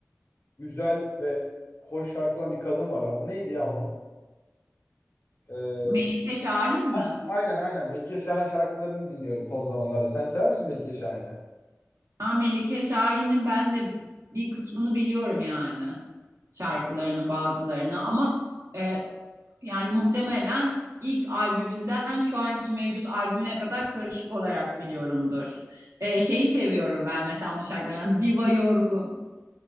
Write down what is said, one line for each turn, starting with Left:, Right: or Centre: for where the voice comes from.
Left: güzel ve hoş şarkı olan bir kadın var. Adı neydi ya onun? E,
Right: Melike Şahin
Left: ah,
Right: mi?
Left: aynen aynen Melike Şahin şarkılarını dinliyorum son zamanlarda. Sen sever misin Melike Şahin'i?
Right: Ha, Melike Şahin'in ben de bir kısmını biliyorum yani şarkılarının bazılarını ama e, yani muhtemelen ilk albümünden şu anki mevcut albümüne kadar karışık olarak biliyorumdur. E, şeyi seviyorum ben mesela onun şarkılarından Diva Yorgun.